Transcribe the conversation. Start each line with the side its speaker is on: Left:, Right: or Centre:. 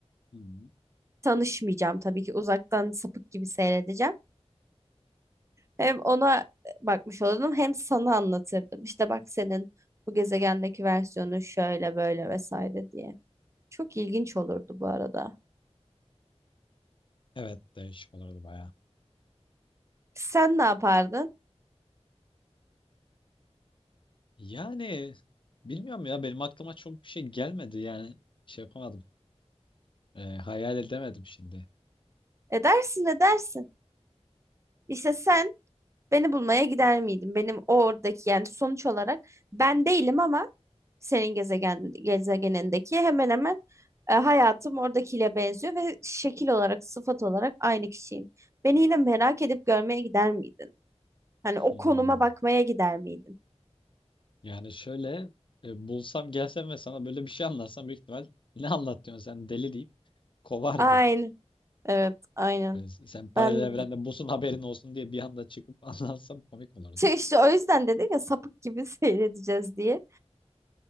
Left: Hmm.
Right: tanışmayacağım tabii ki uzaktan sapık gibi seyredeceğim. Hem ona bakmış olurdum hem sana anlatırdım. İşte bak senin bu gezegendeki versiyonu şöyle böyle vesaire diye. Çok ilginç olurdu bu arada.
Left: Evet değişik olurdu baya.
Right: Sen ne yapardın?
Left: Yani bilmiyorum ya benim aklıma çok bir şey gelmedi yani şey yapamadım. E, hayal edemedim şimdi.
Right: Edersin edersin. İşte sen beni bulmaya gider miydin? Benim oradaki yani sonuç olarak ben değilim ama senin gezegen gezegenindeki hemen hemen e, hayatım oradakiyle benziyor ve şekil olarak, sıfat olarak aynı kişiyim. Beni yine merak edip görmeye gider miydin? Hani o
Left: Hmm.
Right: konuma bakmaya gider miydin?
Left: Yani şöyle e, bulsam gelsem ve sana böyle bir şey anlatsam büyük ihtimal ne anlatıyorsun sen deli deyip kovardın.
Right: Aynen. Evet, aynen.
Left: Yani s- sen paralel
Right: Ben
Left: evrende busun haberin olsun diye bir anda çıkıp <laughs> anlatsam komik olurdu.
Right: şey işte o yüzden dedim ya sapık gibi <laughs> seyredeceğiz diye.